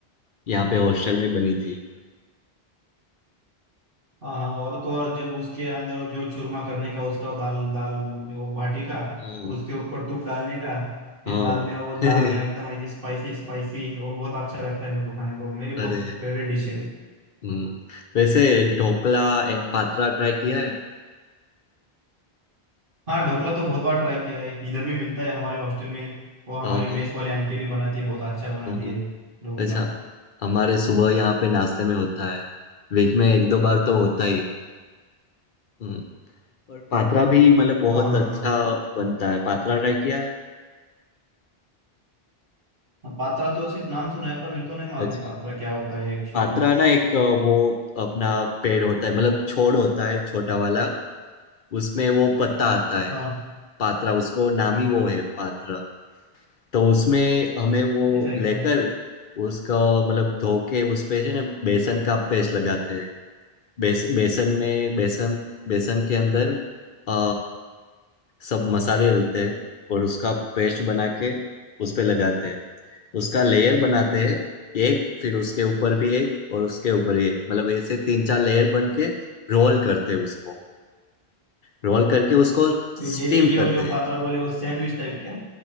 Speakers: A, on the left (about 55°); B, on the right (about 55°).
A: यहाँ पे हॉस्टल में बनी थी
B: हाँ हाँ और तो और जब उसके अंदर वो जो चूरमा करने का उसका दाल दाल मतलब वो बाटी का
A: हाँ
B: उसके ऊपर तुप डालने का फिर
A: हाँ
B: बाद में वो
A: <laughs>
B: दाल एकदम ऐसी स्पाइसी स्पाइसी वो बहुत अच्छा लगता है मेरे को खाने को मेरी
A: अरे
B: बहुत फेवरेट डिश है
A: हम्म, वैसे ढोकला एंड पात्रा ट्राई किया है
B: हाँ ढोकला तो बहुत बार ट्राई किया है इधर भी मिलता है हमारे हॉस्टल में वो हमारी
A: हाँ हाँ
B: मेस वाली आंटी भी बनाती है बहुत अच्छा बनाती
A: हाँ, हाँ।
B: है ढोकला
A: अच्छा हमारे सुबह यहाँ पे नाश्ते में होता है वीक में एक दो बार तो होता ही है हम्म, और पात्रा भी मतलब बहुत
B: हाँ हाँ
A: अच्छा
B: हाँ
A: बनता है पात्रा ट्राई किया है
B: पात्रा तो सिर्फ नाम सुना है पर मेरे को नहीं मालूम
A: अच्छा
B: पात्रा क्या होता है एक्चुअली
A: पात्रा ना एक अ, वो अपना पेड़ होता है मतलब छोड़ होता है छोटा वाला उसमें वो पत्ता आता है
B: हाँ
A: पात्रा उसको नाम ही वो है पात्रा तो उसमें हमें वो
B: जैसा है
A: लेकर
B: क्या
A: उसका मतलब धो के उस पे है ना बेसन का पेस्ट लगाते हैं बेस, बेसन में बेसन बेसन के अंदर आ, सब मसाले डलते हैं और उसका पेस्ट बना के उस पे लगाते हैं उसका लेयर बनाते हैं एक फिर उसके ऊपर भी एक और उसके ऊपर भी एक मतलब ऐसे तीन चार लेयर बन के रोल करते हैं उसको रोल करके उसको स्टीम
B: जैसे कि वो
A: करते
B: जो
A: हैं
B: पात्रा बोले वो सैंडविच टाइप क्या